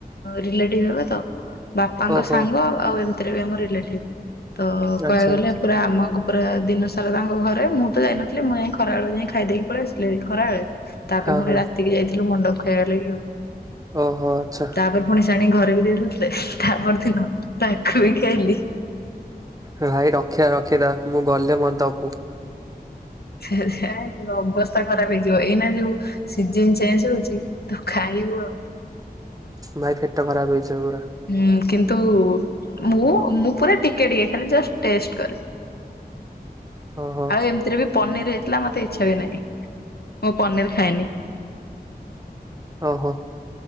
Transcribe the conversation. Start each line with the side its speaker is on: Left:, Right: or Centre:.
Left: ରେଲେଟିଭ୍ ହେବେ ତ ବାପାଙ୍କ
Right: ଓହୋ
Left: ସାଙ୍ଗ ଆଉ ଏମିତିରେ ବି ଆମ ରେଲେଟିଭ୍ ତ
Right: ଆଚ୍ଛା।
Left: କହିବାକୁ ଗଲେ ପୁରା ଆମ ଘ ପୁରା ଦିନ ସାରା ତାଙ୍କ ଘରେ ମୁଁ ତ ଯାଇନଥିଲି ମୁଁ ଯାଇ ଖରା ବେଳେ ଯାଇ ଖାଇଦେଇକି ପଳେଇ ଆସିଲି ଖରା ବେଳେ ତାପରେ
Right: ହଁ
Left: ପୁଣି
Right: ହଁ
Left: ରାତିକି ଯାଇଥିଲୁ ମଣ୍ଡପ୍ ଖାଇବା ଲାଗି ଆଉ।
Right: ଓହୋ ଆଚ୍ଛା।
Left: ତାପରେ ପୁଣି ଆଣି ଘରେ ବି ଦେଇଥିଲେ ତାପର ଦିନ ତାକୁ ବି ଖାଇଲି।
Right: ଭାଇ ରଖିଥା ରଖିଥା ମୁଁ ଗଲେ ମୋତେ ଦବୁ।
Left: ସେ- ସେ ଅବସ୍ଥା ଖରାପ୍ ହେଇଯିବ ଏଇନା ଯଉ ସିଜିନ୍ ଚେଞ୍ଜ୍ ହଉଚି ତୁ ଖାଇବୁ ଆଉ।
Right: ଭାଇ ପେଟ ଖରାପ୍ ହେଇଯିବ ପୁରା।
Left: ହୁଁ କିନ୍ତୁ ମୁଁ -ମୁଁ ପୁରା ଟିକେ ଟିକେ ଖାଲି ଯା ଟେଷ୍ଟ୍ କରେ।
Right: ଓହୋ।
Left: ଆଉ ଏମିତିରେ ବି ପନିର୍ ହେଇଥିଲା ମତେ ଇଚ୍ଛା ବି ନାହିଁ ମୁଁ ପନିର୍ ଖାଏନି।
Right: ଓହୋ।